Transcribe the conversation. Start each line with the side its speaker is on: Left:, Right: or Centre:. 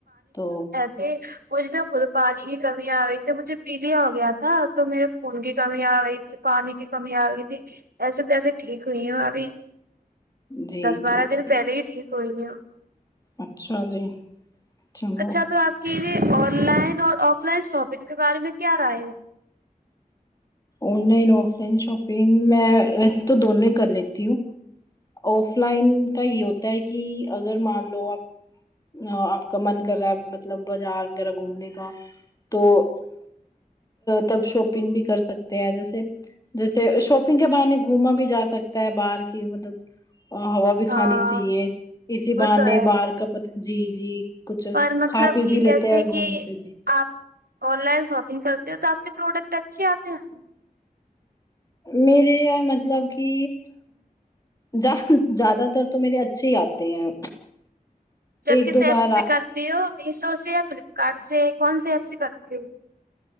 Left: تو
Right: ای مجھ بھی خود پانی کی کمی آ گئی تھی مجھے پیلیا ہو گیا تھا تو میرے خون کی کمی آ گئی پانی کی کمی آ گئی تھی ایسے ویسے ٹھیک ہوئی ہوں ابھی
Left: جی
Right: دس بارہ
Left: جی
Right: دن
Left: جی
Right: پہلے ہی ٹھیک ہوئی ہیں
Left: اچھا جی چلو
Right: اچھا تو آپ کی یہ آن لائن اور آف لائن شاپنگ کے بارے میں کیا رائے ہے
Left: online offline shopping میں ویسے تو دونوں ہی کر لیتی ہوں آف لائن کا یہ ہوتا ہے کہ اگر مان لو آپ آپ کا من کر رہا ہے مطلب بازار وغیرہ گھومنے کا تو تب شاپنگ بھی کر سکتے تے ہیں جیسے جیسے شاپنگ کے بے گھوما بھی جا سکتا ہے باہر کی مطلب اور ہوا بھی
Right: ہاں
Left: کھانی چاہیے اسی
Right: وہ
Left: بہانے
Right: تو ہے
Left: بار کا جی جی کچھ
Right: پر مطلب
Left: کھا پی
Right: کہ
Left: بھی لیتے
Right: جیسے
Left: ہیں گھوم
Right: کہ
Left: پھر بھی
Right: آپ آن لائن شاپنگ کرتے ہو تو آپ کے پروڈکٹ اچھے آتے ہیں
Left: میرے یہ مطلب کہ ج زیادہ تر تو میرے اچھے ہی آتے ہیں
Right: جب
Left: ایک
Right: کس
Left: دو
Right: ایپ
Left: بار
Right: سے کرتی ہو میشو سے یا فلپکارٹ سے کون سے ایپ سے کرتی ہو